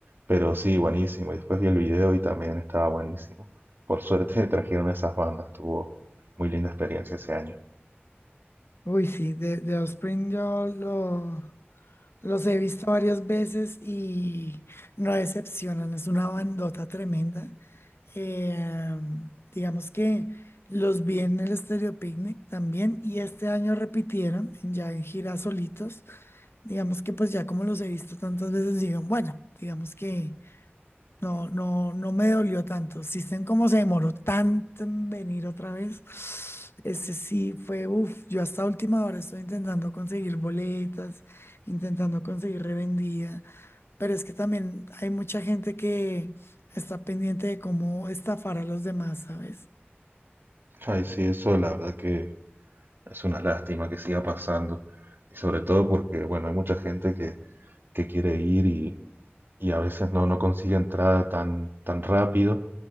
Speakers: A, on the right; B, on the left.
A: pero sí, buenísimo. Y después vi el video y también estaba buenísimo. Por suerte <laughs> trajeron esas bandas, tuvo muy linda experiencia ese año.
B: Uy, sí, de, de Offspring yo lo- los he visto varias veces y no decepcionan, es una bandota tremenda. Eh, digamos que los vi en el Stereo Picnic también y este año repitieron ya en gira solitos. Digamos que pues ya como los he visto tantas veces, digan, bueno, digamos que no, no, no me dolió tanto. si System cómo se demoró tanto en venir otra vez. Ese sí fue, uff, yo hasta última hora estoy intentando conseguir boletas, intentando conseguir revendida, pero es que también hay mucha gente que está pendiente de cómo estafar a los demás, ¿sabes?
A: Ay, sí, eso la verdad que es una lástima que siga pasando. Y sobre todo porque, bueno, hay mucha gente que, que quiere ir y, y a veces no, no consigue entrada tan, tan rápido